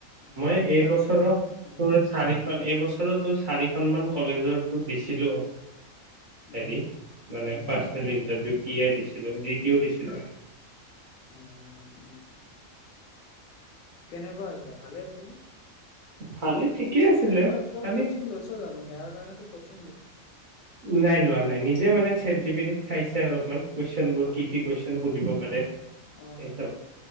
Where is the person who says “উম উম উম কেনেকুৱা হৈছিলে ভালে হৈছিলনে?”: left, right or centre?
Left